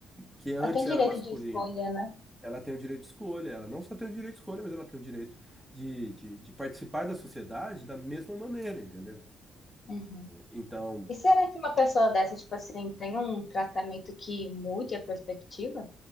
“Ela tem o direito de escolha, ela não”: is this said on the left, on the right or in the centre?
Centre